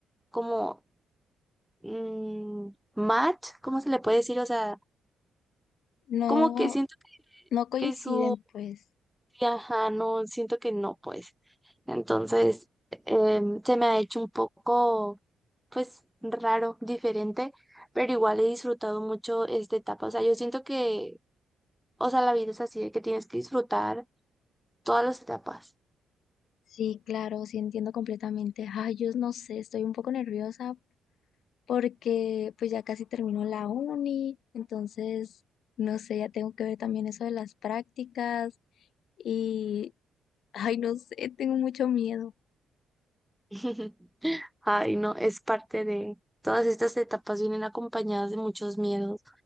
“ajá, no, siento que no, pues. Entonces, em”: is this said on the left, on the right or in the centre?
Centre